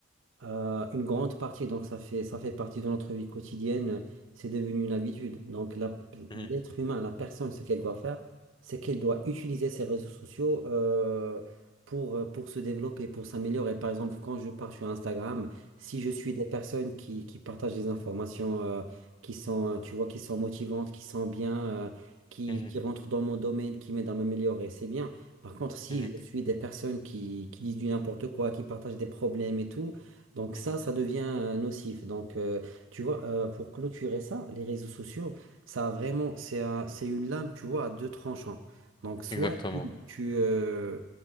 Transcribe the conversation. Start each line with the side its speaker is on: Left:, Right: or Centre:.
Right: Euh, une grande partie, donc ça fait, ça fait partie de notre vie quotidienne, c'est devenu une habitude. Donc la-
Left: Mhm,
Right: l'être humain, la personne, ce qu'elle doit faire, c'est qu'elle doit utiliser ses réseaux sociaux euh, pour, euh, pour se développer, pour s'améliorer. Par exemple, quand je pars sur Instagram, si je suis des personnes qui, qui partagent des informations euh, qui sont, euh, tu vois, qui sont motivantes, qui sont bien, euh, qui,
Left: mhm,
Right: qui rentrent dans mon domaine, qui m'aident à m'améliorer, c'est bien. Par contre, si
Left: mhm,
Right: je suis des personnes qui, qui disent du n'importe quoi, qui partagent des problèmes et tout, donc
Left: mhm,
Right: ça,
Left: mhm.
Right: ça devient euh, nocif. Donc euh, tu vois, euh, pour clôturer ça, les réseaux sociaux, ça a vraiment, c'est un- c'est une lame, tu vois, à deux tranchants. Donc soit
Left: Exactement.
Right: tu, tu, euh,